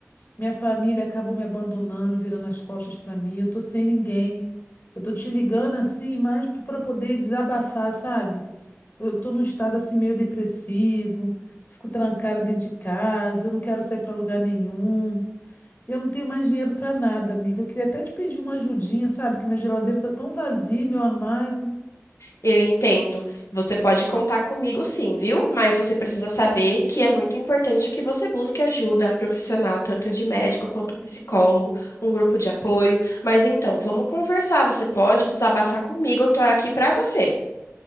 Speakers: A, on the left; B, on the left.
A: Minha família acabou me abandonando, virando as costas para mim. Eu tô sem ninguém. Eu tô te ligando assim, mas para poder desabafar, sabe? Eu tô num estado assim meio depressivo, fico trancada dentro de casa, eu não quero sair para lugar nenhum. Eu não tenho mais dinheiro para nada, amiga. Eu queria até te pedir uma ajudinha, sabe? Que minha geladeira tá tão vazia, meu armário.
B: Eu entendo. Você pode contar comigo sim, viu? Mas você precisa saber que é muito importante que você busque ajuda profissional, tanto de médico quanto psicólogo, um grupo de apoio. Mas então, vamos conversar. Você pode desabafar comigo, eu tô aqui pra você.